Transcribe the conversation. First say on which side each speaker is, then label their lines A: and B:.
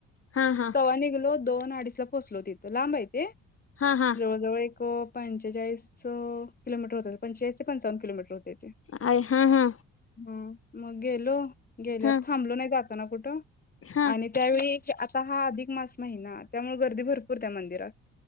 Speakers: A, on the left; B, on the left.
A: हा हा हा
B: तव्हा निघलो दोन अडीचला पोचलो तिथं लांबय ते.
A: हा हा
B: जवळजवळ एक. पंचेचाळीस च किलोमीटर होतं. पंचेचाळीस ते पंचावन्न किलोमीटर होते.
A: अ हा हा
B: हम्म मग गेलो गेल्यावर
A: हा
B: थांबलो नाही जास्त. सनापुटो.
A: हा
B: आणि त्यावेळी आता हा अधिक मास महिना. त्यामुळे गर्दी भरपूर त्या मंदिरात.